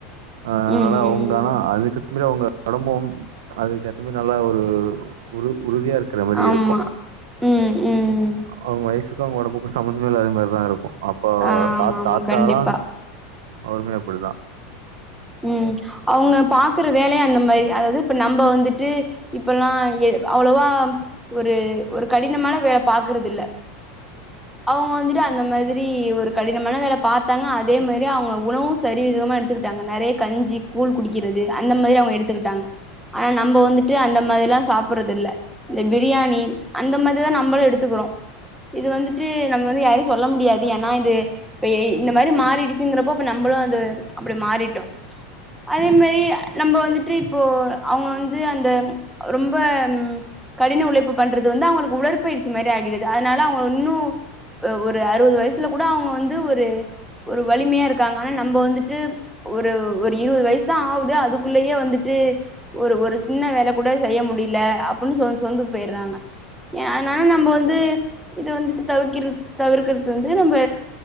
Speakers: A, on the right; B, in the centre.
A: ஆ அனால
B: ம்
A: அவுங்க
B: ம்
A: ஆனா அதுக்கு குல்ல அவுங்க ஒடம்பும் அதுக்கு ஏற்ற மாரி நல்லா ஒரு உறு உறுதியா இருக்குற மாரி
B: ஆமா
A: இருக்கு
B: ம் ம்
A: அவுங் வயசுக்கு அவங்க ஒடம்புக்கு சம்மந்தமே இல்லாத மாரிதா இருக்கு அப்போ
B: ஆமா
A: தா
B: ஆமா
A: தாத்தால்லா
B: கண்டிப்பா
A: அவ்ருமே அப்டிதா
B: ம் அவுங்க பாக்குற வேலயு அந்த மாரி அதாது இப்ப நம்ப வந்துட்டு இப்பல்லா எ அவ்ளோவா ஒரு ஒரு கடினமான வேல பாக்குறதில்ல அவுங்க வந்துட்டு அந்த மாதிரி ஒரு கடினமான வேல பாத்தாங்க அதே மாரி அவுங்க உணவு சரிவிகிதமா எடுத்துக்கிட்டாங்க நெறைய கஞ்சி கூழ் குடிக்கிறது அந்த மாரி அவ்ங்க எடுத்துக்குட்டாங்க ஆனா நம்ப வந்துட்டு அந்த மாரி எல்லா சாப்பறது இல்ல இந்த பிரியாணி அந்த மாரிதா நம்மளு எடுத்துக்குறோ இது வந்துட்டு நம்ம வந்து யாரையு சொல்ல முடியாது ஏனா இது இப்ப எய் இந்த மாரி மாறிடுச்சிங்கிறப்போ இப்ப நம்பளு அந்த அப்டி மாறிட்டோ அதே மாரி நம்ப வந்துட்டு இப்போ அவுங்க வந்து அந்த ரொம்ப ம் கடின உழைப்பு பண்றது வந்து அவுங்களுக்கு உடற்பயிற்சி மாரி ஆகிடுது அதனால அவுங்கள இன்னு ஒரு அறுவது வய்சுல கூட அவுங்க வந்து ஒரு ஒரு வலிமையா இருக்காங்க ஆனா நம்ப வந்துட்டு ஒரு ஒரு இருவது வய்சு தா ஆவுது அதுக்குள்ளயே வந்துட்டு ஒரு ஒரு சின்ன வேல கூட செய்ய முடில அப்புன்னு சோந்து சோந்து போயிறாங்க ஏ அதனால நம்ப வந்து இது வந்துட்டு தவிர்கிற தவிர்க்கறது வந்து நம்ப